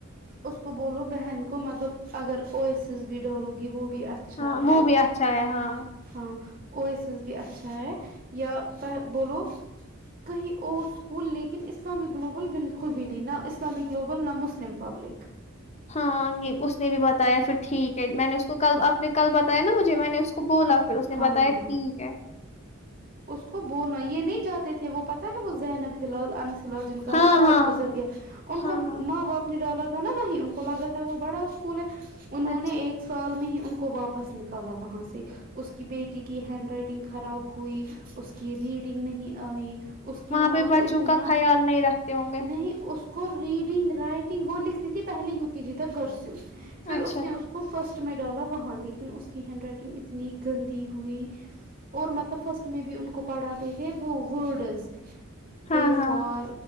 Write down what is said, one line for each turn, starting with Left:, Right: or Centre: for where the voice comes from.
Right: اس کو بولو بہن کو مطلب اگر او ایس ایس بھی ڈالو گی وہ بھی اچ اچھا
Left: ہاں
Right: ہے
Left: وہ بھی اچھا ہے ہاں
Right: ہاں او ایس ایس بھی اچھا پہے بولو کہیں اور اسکول لیکن اسلامک گلوبل بالکل بھی نہیں نہ اسلامک گلوبل نہ مسلم پبلک
Left: ہاں اس نے بھی بتایا پھر ٹھیک ہے میں نے اس کو کل آپ نے کل بتایا نا مجھے میں نے اس کو بولا پھر اسے
Right: ہاں
Left: نے بتایا ٹھیک
Right: ہاں
Left: ہے
Right: اس کو بولنا یے نہیں جاتے تھے وہ پتہ ہے وہ زینب ہلاب انس ہلاب جن کا
Left: ہاں
Right: نا باپ
Left: ہاں
Right: گزر گیا ان
Left: ہاں
Right: کو
Left: ہاں
Right: ماں باپ ڈالا تھا نا وہی ان کو لگا تھا وہ بڑا اسکول ہے انہوں
Left: اچھا
Right: نے ایک سال میں ہی ان کو واپس نکالا وہاں سے اس کی بیٹی کی ہینڈ رائٹنگ خراب ہوئی اس کی ریڈنگ نہیں آئی اس کی
Left: وہاں
Right: ماں
Left: پہ
Right: کو
Left: بچوں
Right: اتنا
Left: کا خیال نہیں رکھتے ہوں گے
Right: نہیں اس کو ریڈنگ رائٹنگ وہ لکھتی تھی پہلے یو کے جی تک کرسیو پھر
Left: اچھا
Right: اس نے اس کو فرسٹ میں ڈالا وہاں لیکن اس کی ہینڈ رائٹنگ اتنی گندی ہوئی اور مطلب فرسٹ میں بھی ان کو پڑھاتے تھے وہ ورڈز
Left: ہاں
Right: اے
Left: ہاں
Right: فار